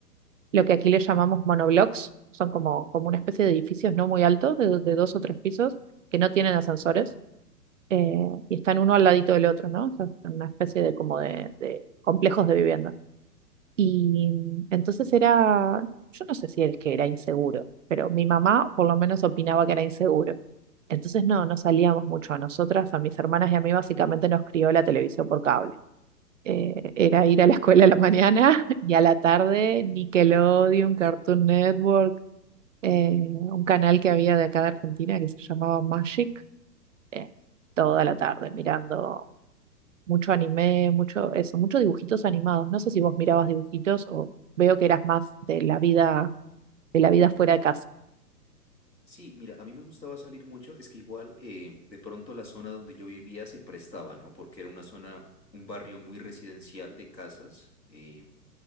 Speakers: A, on the right; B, on the left.
A: lo que aquí le llamamos monoblocks, son como, como una especie de edificios no muy altos, de, de dos o tres pisos, que no tienen ascensores eh, y están uno al ladito del otro, ¿no? O sea, en una especie de como de, de complejos de vivienda. Y mm, entonces era, yo no sé si es que era inseguro, pero mi mamá por lo menos opinaba que era inseguro. Entonces no, no salíamos mucho. A nosotras, a mis hermanas y a mí básicamente nos crió la televisión por cable. Eh, era ir a la <laughs> escuela a la mañana <laughs> y a la tarde Nickelodeon, Cartoon Network, eh, un canal que había de acá de Argentina que se llamaba Magic, eh, toda la tarde mirando mucho anime, mucho eso, muchos dibujitos animados. No sé si vos mirabas dibujitos o veo que eras más de la vida, de la vida fuera de casa.
B: Sí, mira, a mí me gustaba salir mucho, es que igual eh, de pronto la zona donde yo vivía se prestaba, ¿no? Porque era una zona, un barrio muy residencial de casas. eh,